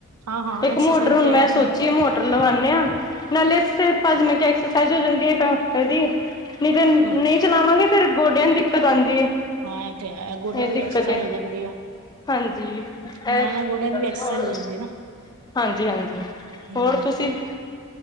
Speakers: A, on the right; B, on the left.
A: ਹਾਂ ਹਾਂ
B: ਇੱਕ
A: ਐਕਸਰਸਾਈਜ਼
B: ਮੋਟਰ ਹੁਣ
A: ਪਿਆ
B: ਮੈਂ ਸੋਚੀ
A: ਹੂੰ
B: ਮੋਟਰ ਲਵਾਉਣੇ ਹਾਂ ਨਾਲੇ ਫਿਰ ਭਾਜੀ ਮੈਂ ਕਿਹਾ ਐਕਸਰਸਾਈਜ਼ ਹੋ ਜਾਂਦੀ ਏ <unintelligible> ਦੀ ਨਹੀਂ ਤੇ ਏਹਨੂੰ
A: ਹਾਂ
B: ਨਹੀਂ ਚਲਾਵਾਂਗੇ ਫੇਰ ਗੋਡਿਆਂ ਦੀ ਦਿੱਕਤ ਆਉਂਦੀ ਹੈ
A: ਹਾਂ ਇਹ ਤੇ ਹੈ ਗੋਡਿਆਂ
B: ਇਹ
A: ਦੀ
B: ਦਿੱਕਤ
A: ਵੀ ਐਕਸਰਸਾਈਜ਼
B: ਹੈ
A: ਹੋ ਜਾਂਦੀ ਆ
B: ਹਾਂਜੀ <unintelligible>
A: ਨਾਲ ਨਾਲ ਗੋਡਿਆਂ ਦੀ ਵੀ ਐਕਸਰਸਾਈਜ਼ ਹੋ ਜਾਂਦੀ ਨਾ
B: ਹਾਂਜੀ ਹਾਂਜੀ
A: ਹੂੰ
B: ਹੋਰ ਤੁਸੀਂ